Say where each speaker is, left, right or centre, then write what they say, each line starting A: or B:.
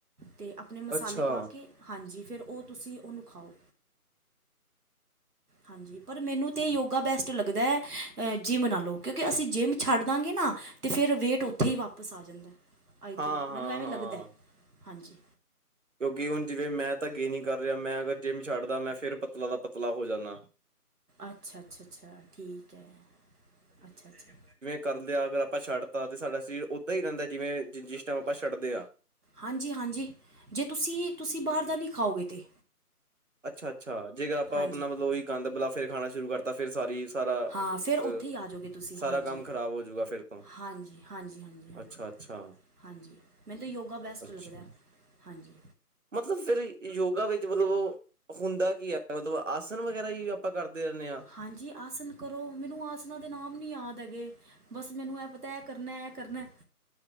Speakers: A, on the right (about 75°); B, on the right (about 55°).
A: ਤੇ ਆਪਨੇ ਮਸਾਲੇ
B: ਅੱਛਾ
A: ਪਾ ਕੇ, ਹਾਂਜੀ ਫੇਰ ਓ ਤੁਸੀਂ ਓਨੂ ਖਾਓ। ਹਾਂਜੀ, ਪਰ ਮੈਨੂੰ ਤੇ ਯੋਗਾ ਬੈਸਟ ਲੱਗਦੈ ਅ ਜਿੰਮ ਨਾਲੋ ਕੇਓਕੇ ਅਸੀਂ ਜਿੰਮ ਛੱਡ ਦਾਂਗੇ ਨਾ ਤੇ ਫੇਰ ਵੇਟ ਓਥੇ ਈ ਵਾਪਸ ਆ ਜਾਂਦੈ, ਆਈ
B: ਹਾਂ-ਹਾਂ-ਹਾਂ
A: ਥਿਂਕ ਮੈਨੂ ਐਵੇਂ ਲੱਗਦੈ ਹਾਂਜੀ।
B: ਕੇਓਕਿ ਹੁਨ ਜਿਵੇਂ ਮੈਂ ਤਾਂ ਗੇਨ ਈ ਕਾਰ ਰੇਆ ਮੈਂ ਅਗਰ ਜਿੰਮ ਛਾੱਡਦਾ ਮੈਂ ਫੇਰ ਪਤਲਾ ਦਾ ਪਤਲਾ ਹੋ ਜਾਨਾਂ।
A: ਅੱਛਾ-ਅੱਛਾ ਅੱਛਾ ਠੀਕ ਏ, ਅੱਛਾ-ਅੱਛਾ।
B: ਕਰਲੇਯਾ ਅਗਰ ਆਪਾਂ ਛੱਡ ਤਾ ਤੇ ਸਾਡਾ ਸਰੀਰ ਓਦਾਂ ਈ ਰੈਂਦੈ ਜਿਵੇਂ, ਜਿਸ ਟਾਈਮ ਆਪਾਂ ਸ਼ਡਦੇ ਆਂ।
A: ਹਾਂਜੀ-ਹਾਂਜੀ, ਜੇ ਤੁਸੀ ਤੁਸੀ ਬਾਰ ਦਾ ਨੀ ਖਾਓਗੇ ਤੇ।
B: ਅੱਛਾ-ਅੱਛਾ, ਜੇਕਰ ਆਪਾਂ
A: ਹਾਂਜੀ
B: ਅਪਨਾ ਮਤਲਬ ਓਈ ਗਾੰਦ ਬਲਾ ਫੇਰ ਖਾਣਾ ਸ਼ੁਰੂ ਕਰਤਾ ਫੇਰ ਸਾਰੀ ਸਾਰਾ
A: ਹਾਂ ਫਿਰ ਉੱਥੇ
B: ਅ,
A: ਹੀ ਆ ਜਾਓਗੇ ਤੁਸੀਂ
B: ਸਾਰਾ
A: ਹਾਂਜੀ
B: ਕਾੰਮ ਖ਼ਰਾਬ ਹੋਜੂਗਾ ਫੇਰ ਤੋਂ
A: ਹਾਂਜੀ ਹਾਂਜੀ ਹਾਂਜੀ ਹਾਂਜੀ
B: ਅੱਛਾ।
A: ਹਾਂਜੀ
B: ਅੱਛਾ।
A: ਹਾਂਜੀ, ਮੈਨ ਤੇ ਯੋਗਾ ਬੈਸਟ
B: ਅੱਛਾ
A: ਲੱਗਦੈ ਹਾਂਜੀ।
B: ਮਤਲਬ ਫੇਰ ਯੋਗਾ ਵਿੱਚ ਮਲਬ ਓ ਹੁੰਦਾ ਕੀ ਐ, ਮਤਲਬ ਆਸਨ ਵਗੈਰਾ ਈ ਆਪਾਂ ਕਰਦੇ ਰੈਨੇ ਆਂ।
A: ਹਾਂਜੀ, ਆਸਨ ਕਰੋ ਮਿਨੂੰ ਆਸਨਾਂ ਦੇ ਨਾਮ ਨੀ ਯਾਦ ਹੈਗੇ। ਬਸ ਮੈਨੂੰ ਐ ਪਤੈ, ਐ ਕਰਨੈ ਐ ਕਰਨੈ।